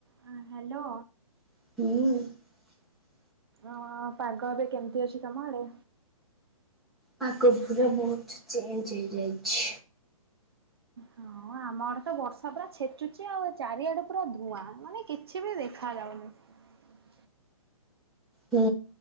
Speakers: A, on the right; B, in the centre.
A: ହଁ ହାଲୋ।
B: ହୁଁ।
A: ଅ ପାଗ ଏବେ କେମତି ଅଛି ତମ ଆଡେ?
B: ପାଗ ପୁରା ବହୁତ ଚେଞ୍ଜ ହେଇଯାଇଛି।
A: ହଁ ଆ ଆମ ଆଡେ ତ ବର୍ଷା ପୁରା ଛେଚୁଛି ଆଉ, ଚାରିଆଡେ ପୁରା ଧୂଆଁ ମାନେ କିଛି ବି ଦେଖା ଯାଉନି। ହ
B: ହୁଁ